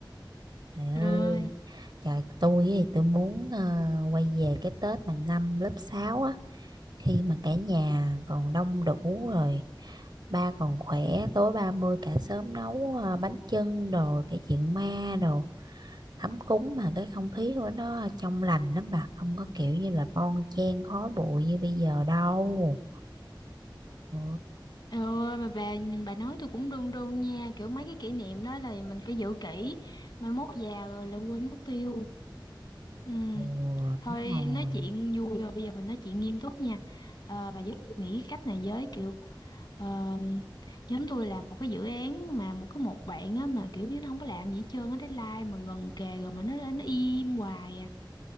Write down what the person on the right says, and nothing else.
Trời ơi,
trời tôi thì tôi muốn ờ, quay về cái Tết mà năm lớp 6 á, khi mà cả nhà còn đông đủ rồi, ba còn khỏe, tối 30 cả xóm nấu ờ, bánh chưng đồ, cái chuyện ma đồ, ấm cúng mà cái không khí của nó trong lành lắm bà, không có kiểu như là bon chen khói bụi như bây giờ đâu. Ừ,
ừ,
đúng rồi.